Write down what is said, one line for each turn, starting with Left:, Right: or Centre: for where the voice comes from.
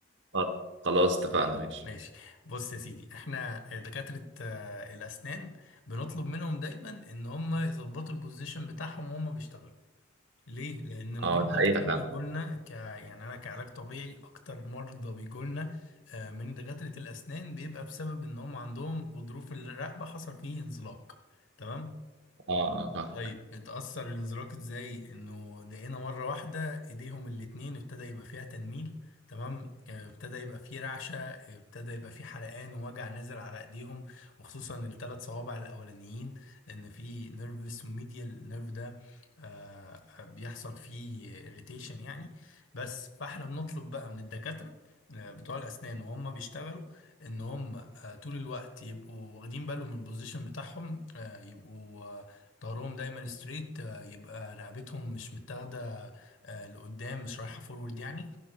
Right: آه، خلاص اتفقنا ماشي
Left: ماشي بص يا سيدي احنا آه، دكاتره آه الاسنان بنطلب منهم دايما ان هم يظبطوا البوزيشن بتاعهم وهم بيشتغلوا ليه؟ لأن المرضى
Right: اه ده حقيقة
Left: أك- كتير
Right: فعلا
Left: بيجولنا ك يعني أنا كعلاج طبيعي أكتر مرضى بيجولنا آه، من دكاترة الأسنان بيبقى بسبب إن هم عندهم غضروف الرقبة حصل فيه انزلاق تمام؟
Right: اه اه فاهمك
Left: طيب اتأثر الانزلاق ازاي انه لقينا مرة واحدة ايديهم الاتنين ابتدى يبقى فيها تنميل تمام آه، ابتدى يبقى فيه رعشة آه، ابتدى يبقى فيه حرقان ووجع نازل على ايديهم وخصوصا الثلاث صوابع الاولانيين لان في نيرفس ميديال نيرف ده آه، آه، بيحصل فيه اريتيشن يعني بس فاحنا بنطلب بقى من الدكاترة آه، بتوع الاسنان وهم بيشتغلوا ان هم آه، طول الوقت يبقوا واخدين بالهم من البوزيشن بتاعهم آه، يبقوا ظهرهم دايما ستريت يبقى رقبتهم مش متاخده آه، لقدام مش رايحه فورورد يعني